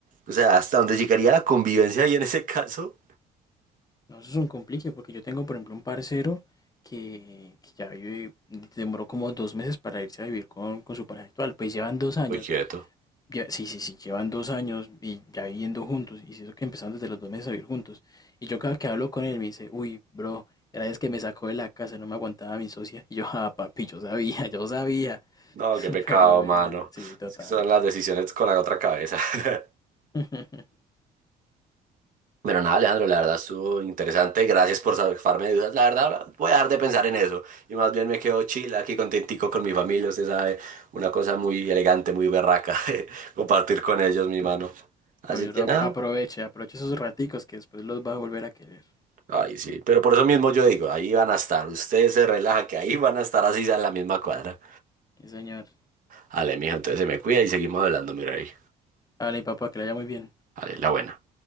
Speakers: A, on the right; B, on the left.
A: O sea, hasta dónde llegaría la convivencia ahí en ese caso.
B: No, eso es un complique porque yo tengo, por ejemplo, un parcero que, que ya vive, demoró como dos meses para irse a vivir con, con su pareja actual. Pues llevan dos años,
A: Muy quieto.
B: ya- sí, sí, sí, llevan dos años y ya viviendo juntos. Y eso que empezaron desde los dos meses a vivir juntos. Y yo cada que hablo con él me dice, uy, bro, era vez que me sacó de la casa, no me aguantaba mi socia. Y yo, ah, papi, yo sabía, yo sabía.
A: No,
B: <laughs>
A: qué pecado,
B: Pero bueno,
A: mano.
B: sí, total.
A: Es que son las decisiones con la otra cabeza. <laughs>
B: <laughs>
A: Pero nada, Alejandro, la verdad estuvo interesante. Gracias por sacarme de dudas. La verdad, ahora voy a dejar de pensar en eso. Y más bien me quedo chill aquí contentico con mi familia. Usted sabe, una cosa muy elegante, muy berraca. <laughs> Compartir con ellos, mi mano. Así
B: Oye,
A: que
B: lo ap-
A: nada.
B: aproveche, aproveche esos raticos que después los va a volver a querer.
A: Ay, sí. Pero por eso mismo yo digo, ahí van a estar. Usted se relaja, que ahí van a estar así sea en la misma cuadra.
B: Sí, señor.
A: Ale, mijo, entonces se me cuida y seguimos hablando, mira ahí.
B: Hágale, mi papá, que le haya muy bien.
A: Vale, la buena.